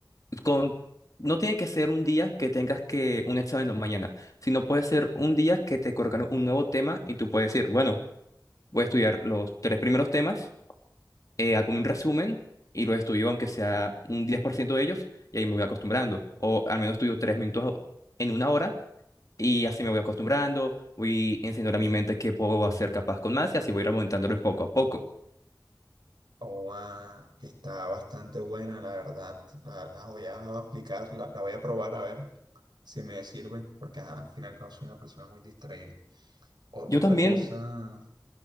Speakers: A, on the left; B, on the right.
A: con, no tiene que ser un día que tengas que un examen mañana, sino puede ser un día que te colocan un nuevo tema y tú puedes decir, bueno, voy a estudiar los tres primeros temas eh, hago un resumen y los estudio aunque sea un 10% de ellos y ahí me voy acostumbrando. O al menos estudio tres minutos en una hora y así me voy acostumbrando, voy enseñando a mi mente que puedo ser capaz con más y así voy remontándolo poco a poco.
B: Oa, está bastante buena, la verdad. La, la voy a aplicar, la, la voy a probar a ver si me sirve, porque ajá, al final y al cabo soy una persona muy distraída. O-
A: Yo
B: otra
A: también,
B: cosa,